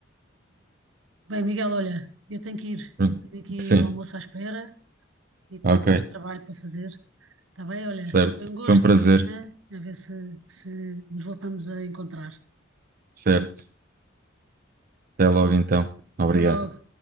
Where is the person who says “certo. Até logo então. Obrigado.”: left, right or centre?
Right